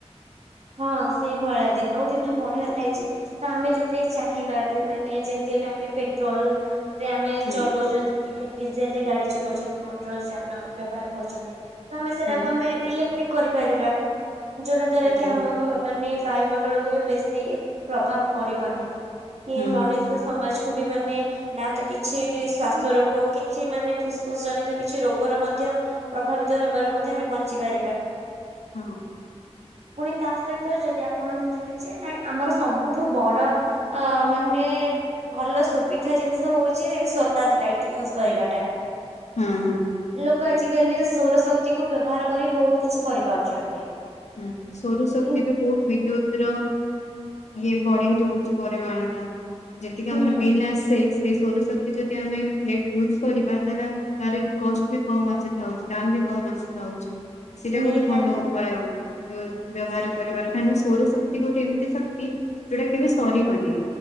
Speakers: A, on the right; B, on the left.
A: ହଁ ସେଇଭଳିଆ ଦିନକୁ ଦିନ ବଢ଼ିବାରେ ଲାଗିଛି। ତ ଆମେ ଯଦି ଚାହିଁବା ବି ମାନେ ଯେମିତି ଏବେ ଆମେ ପେଟ୍ରୋଲ ରେ ଆମେ
B: ହୁଁ
A: ଚଲଉଛନ୍ତି କି ଡିଜେଲ ରେ ଗାଡି ଚଲାଉଛନ୍ତି ମଟର ଯାନ ବ୍ୟବହାର କରୁଛନ୍ତି ତ ଆମେ ସେଟାକୁ
B: ହୁଁ
A: ଆମେ ଇଲେକ୍ଟ୍ରିକ କରିପାରିବା ଯୋଉଟା ଦ୍ଵାରା
B: ଆଜ୍ଞା
A: କି ଆମକୁ କୁ ମାନେ ବାୟୁମଣ୍ଡଳକୁୁ ବି ବେଶୀ ପ୍ରଭାବ ପଡିବନି କି
B: ହୁଁ।
A: ମଣିଷ ତ ସମାଜକୁୁ ବି ମାନେ ନା ତ କିଛି ଶ୍ଵାସ
B: ହଁ
A: ରୋଗ କି? କି ମାନେ ଫୁସଫୁସ ଜନିତ କିଛି ରୋଗର ମଧ୍ୟ ପ୍ରଭାବିତ ହେବାରୁ ମଧ୍ୟ ଆମେ ବଞ୍ଚିପାରିବା।
B: ହୁଁ।
A: ପୁଣି ତା ସହିତ ଯଦି ଆପଣ ଦେଖିବେ ଯେ ନାଇଁ ଆମର ସବୁଠୁ ବଡ ଅ ମାନେ ଭଲ ସୁବିଧା ଜିନିଷ ହଉଛି ଏ ସୋଲାର ଲାଇଟ୍ ୟୁଜ୍ କରିବା ଟା
B: ହୁଁ ହୁଁ।
A: ଲୋକ ଆଜିକାଲି ସୌରଶକ୍ତି କୁ ବ୍ୟବହାର କରି ବହୁତ କିଛି କରିପାରୁଛନ୍ତି।
B: ହୁଁ ସୌରଶକ୍ତି
A: କି
B: ବି ବହୁତ ବିଦ୍ୟୁତ ର ଇଏ ବଢେଇ ଦଉଛି ପରିମାଣଟା ଯେତିକି
A: ହୁଁ
B: ଆମର ବିଲ୍ ଆସେ ସେଇ ସୌରଶକ୍ତି ଯଦି ଆମେ ପ୍ଲେଟ ୟୁଜ୍ କରିବା ତାର ତାର ବି କଷ୍ଟ ବି କମ ଆସିଥାଉଛି ଦାମ ବି କମ ଆସିଥାଉଛି ସେଇଟା
A: ନିହାତି
B: ଗୋଟେ ଭଲ ଉପାୟ ଆଉ। ବ୍ୟ ବ୍ୟବହାର କରିବାର କାହିଁକିନା ସୌରଶକ୍ତି ଗୋଟେ ଏମିତି ଶକ୍ତି ଯୋଉଟା କେବେ ସରିବନି।